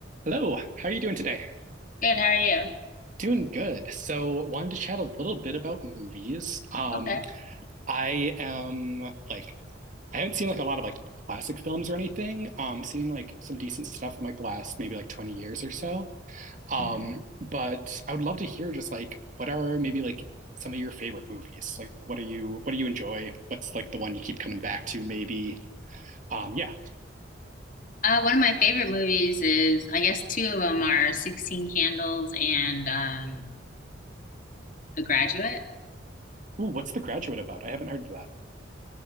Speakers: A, on the right (about 40°); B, on the left (about 45°).
A: Hello, how are you doing today?
B: Good, how are you?
A: Doing good. So, wanted to chat a little bit about movies. Um,
B: Okay.
A: I am like I haven't seen like a lot of like classic films or anything. Um, seen like some decent stuff from like the last maybe like 20 years or so. Um,
B: hmm
A: but I would love to hear just like what are maybe like some of your favorite movies? Like what are you what do you enjoy? What's like the one you keep coming back to maybe? Um, yeah.
B: Uh, one of my favorite movies is, I guess two of them are 16 Candles and um, The Graduate.
A: Ooh, what's The Graduate about? I haven't heard of that.